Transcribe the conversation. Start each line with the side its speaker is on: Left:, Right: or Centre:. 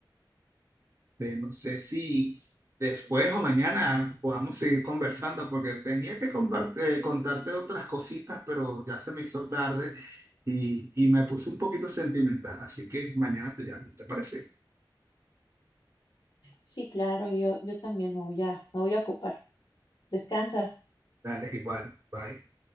Right: de no sé si después o mañana podamos seguir conversando, porque tenía que comparte- eh, contarte otras cositas, pero ya se me hizo tarde y, y me puse un poquito sentimental, así que mañana te llamo, ¿te parece?
Left: Sí, claro, yo, yo también me voy a, me voy a ocupar. Descansa.
Right: Dale, igual, bye.